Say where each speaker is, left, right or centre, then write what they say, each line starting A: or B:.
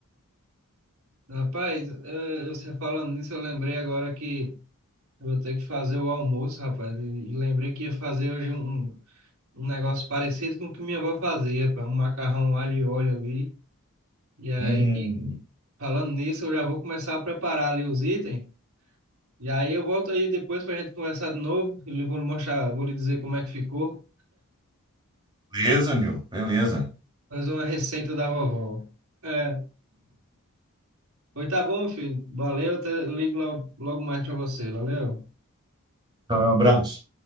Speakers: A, on the right; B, on the right.
A: rapaz, eh, você falando nisso, eu lembrei agora que eu vou ter que fazer o almoço, rapaz. E, e lembrei que ia fazer hoje um, um um negócio parecido com o que minha avó fazia, rapaz, um macarrão alho e óleo ali. E aí
B: Hum,
A: Falando nisso, eu já vou começar a preparar ali os itens. E aí eu volto aí depois para a gente conversar de novo. E lhe vou lhe mostrar, vou lhe dizer como é que ficou.
B: beleza, Nil. Beleza.
A: Mais uma receita da vovó. É. Pois tá bom, filho. Valeu. Até, ligo logo, logo mais para você. Valeu.
B: Então, é um abraço.